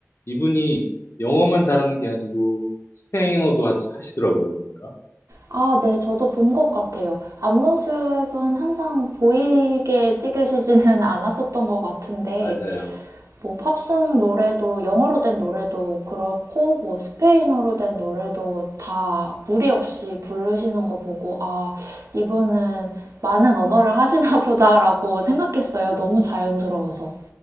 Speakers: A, on the left; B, on the right.
A: 이분이 영어만 잘하는 게 아니고 스페인어도 하- 하시더라고요. 보니까.
B: 아, 네, 저도 본 것 같아요. 앞모습은 항상 보이게 찍으시지는 <laughs> 않았었던 것 같은데,
A: 맞아요.
B: 뭐 팝송 노래도 영어로 된 노래도 그렇고 뭐 스페인어로 된 노래도 다 무리 없이 부르시는 거 보고 아 이분은 많은 언어를 하시나 <laughs> 보다라고 생각했어요. 너무 자연스러워서.